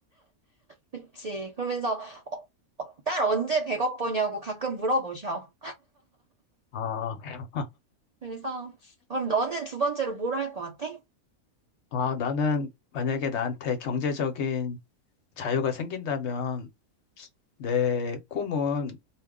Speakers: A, on the right; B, on the left.
A: 그치. 그러면서 어, 어, 딸 언제 100억 버냐고 가끔 물어보셔.
B: 아,
A: 그래서, 그럼 너는 두 번째로 뭘 할 것 같아?
B: 아, 나는 만약에 나한테 경제적인 자유가 생긴다면 내 꿈은